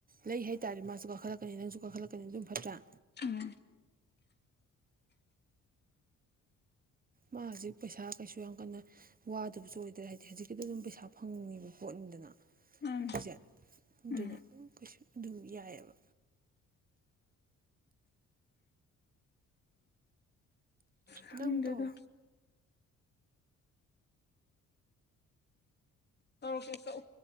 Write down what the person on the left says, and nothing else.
ꯎꯝ
ꯎꯝ
ꯎꯝ
ꯈꯪꯗꯦꯗ
ꯇꯧꯔꯛꯀꯦ ꯀꯛꯎ꯫